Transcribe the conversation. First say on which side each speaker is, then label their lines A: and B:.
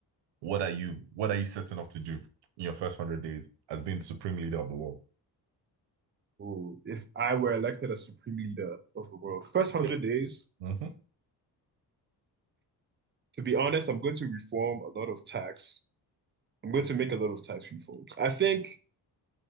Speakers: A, on the right; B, on the right.
A: what are you what are you setting up to do in your first hundred days as being the supreme leader of the world?
B: ooh, if I were elected as supreme leader of the world, first hundred
A: Yep.
B: days,
A: Mhm,
B: to be honest, I'm going to reform a lot of tax. I'm going to make a lot of tax reforms. I think